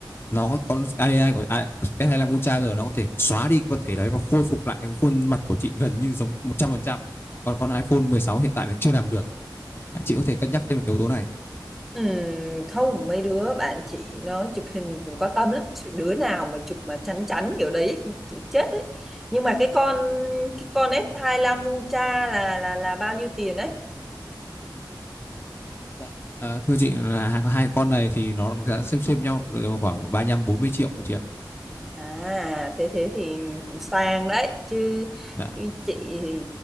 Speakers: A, on the left; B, in the centre.
A: nó có con AI của AI S25 Ultra rồi nó có thể xóa đi cái vật thể đấy và khôi phục lại cái khuôn mặt của chị gần như giống một trăm phần trăm Còn con iPhone 16 hiện tại là chưa làm được. Chị có thể cân nhắc thêm về yếu tố này.
B: Ừm, không mấy đứa bạn chị nó chụp hình cũng có tâm lắm Chứ đứa nào mà chụp mà chắn chắn kiểu đấy thì chịu chết ấy nhưng mà cái con cái con S25 Ucha là là là bao nhiêu tiền đấy
A: Dạ. À, thưa chị là hai, hai con này thì nó giá xem xem nhau đều khoảng 35 40 triệu chị ạ.
B: À thế thế thì cũng sang đấy chứ,
A: Dạ.
B: chứ chị thì